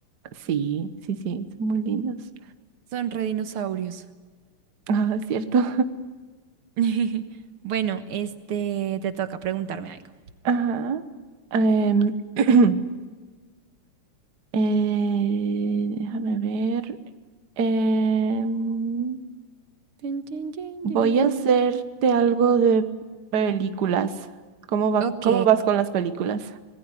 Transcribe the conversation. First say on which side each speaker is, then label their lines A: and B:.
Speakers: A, on the right (about 55°); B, on the right (about 80°).
A: Sí, sí, sí. Son muy lindos.
B: Son redinosaurios.
A: Ah, es cierto.
B: <laughs> Bueno, este, te toca preguntarme algo.
A: <laughs> Ajá. Em, <clears throat> Eh, déjame ver. Em,
B: Tin, tin, tin,
A: voy
B: tin, tin.
A: a hacerte algo de películas. ¿Cómo va,
B: Ok,
A: cómo vas con las películas?